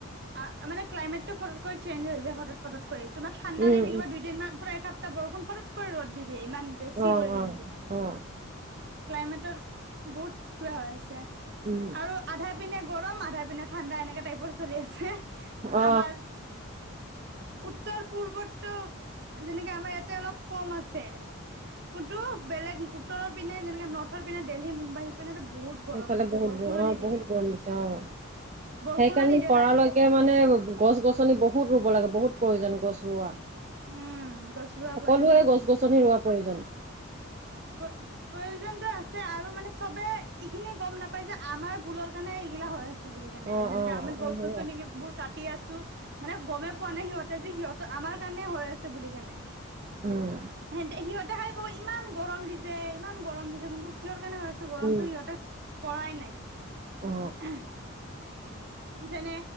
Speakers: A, on the right; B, on the right.
A: আ মানে ক্লাইমেটটো ফটতকৈ চেঞ হৈ যায় ফটত ফটত কৰি। তোমাক ঠাণ্ডা
B: উম
A: দি থাকিব
B: উম
A: দুইদিনমান, পুৰা এসাপ্তাহ বৰষুণ ফৰতকৈ ৰ'দ দি দিয়ে, ইমান বেছি
B: অ
A: কই কেনে
B: অ
A: দি দিয়ে।
B: অ
A: ক্লাইমেটৰ বহুত কিবা হৈ আছে
B: উম
A: আৰু আধাৰ পিনে গৰম, আধাৰ পিনে ঠাণ্ডা এনেকে টাইপৰ চলি আছে।
B: অ
A: আমাৰ উত্তৰ পূৰ্বতটো, যেনেকে আমাৰ ইয়াতে অলপ কম আছে। উটো বেলেগ উত্তৰৰ পিনে, যেনেকে নৰ্থৰ পিনে, দেলহি, মুম্বাই এনেতে বহুত
B: সেইফালে
A: গৰম দিছে।
B: বহুত
A: বৰষুণো
B: অ
A: নিদি
B: বহুত
A: দিয়ে,
B: গৰম দিছে অ
A: বৰষুণো
B: সেইকাৰণে
A: নিদিয়ে
B: পৰালৈকে
A: তাতে।
B: মানে গছ-গছনি বহুত ৰুব লাগে, বহুত প্ৰয়োজন গছ ৰোৱা।
A: উম গছ ৰোৱা
B: সকলোৱে
A: প্ৰয়োজন
B: গছ-গছনি ৰোৱা প্ৰয়োজন।
A: প প্ৰয়োজনতো আছে আৰু মানে চবেই ইখিনি গম নাপাই যে আমাৰ ভুলৰ কাৰণে ইগিলা হৈ আছ বুলি কেনে।
B: অ
A: যেনেকে
B: অ
A: আমি গছ-গছনি
B: সেয়া
A: কিববোৰ কাটি আছোঁ। মানে গমেই পোৱা নাই সিহঁতে যে সিহঁত, আমাৰ কাৰণে হৈ আছ বুলি কেনে।
B: উম।
A: হেনতে, সিহঁতে খালি ক'ব ইমান গৰম দিছে, ইমান গৰম দিছে কিন্তু কিহৰ কাৰণে হৈ আছে গৰমটো
B: উম।
A: সিহঁতে কৰাই নাই।
B: অ
A: যেনে